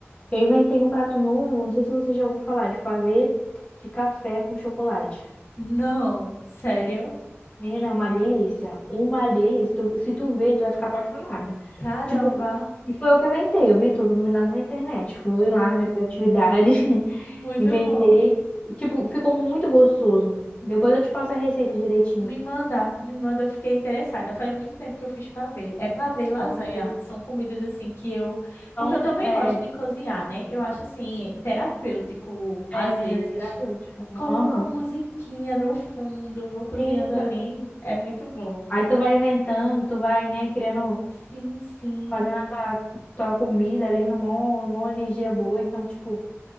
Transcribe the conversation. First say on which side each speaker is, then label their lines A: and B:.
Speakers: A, on the left (about 25°); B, on the left (about 55°).
A: Eu inventei um prato novo, não sei se você já ouviu falar, de pavê de café com chocolate.
B: Não, sério?
A: Menina, é uma delícia. Uma delícia. Tu- se tu ver, tu vai ficar apaixonada.
B: Caramba.
A: Tipo, e foi eu que inventei. Eu vi tudo, no vi nada na internet. Fui lá na minha criatividade, <laughs>
B: Muito
A: inventei.
B: bom.
A: E, tipo, ficou muito gostoso. Depois eu te passo a receita direitinho.
B: Me manda, me manda, eu fiquei interessada. Faz muito tempo que eu fiz pavê. É pavê e lasanha.
A: Ai, delícia.
B: São comidas assim que eu.
A: Então,
B: Porque eu também
A: é,
B: gosto de cozinhar, né? Eu acho assim, terapêutico, às
A: é, menina,
B: vezes.
A: é terapêutico.
B: Coloco
A: Aham.
B: uma musiquinha no fundo, vou cozinhando
A: Sim,
B: ali.
A: vai-
B: É muito bom.
A: Aí tu vai inventando, tu vai, né, criando.
B: Sim, sim.
A: fazendo a tua, tua comida ali numa, numa energia boa. Então, tipo,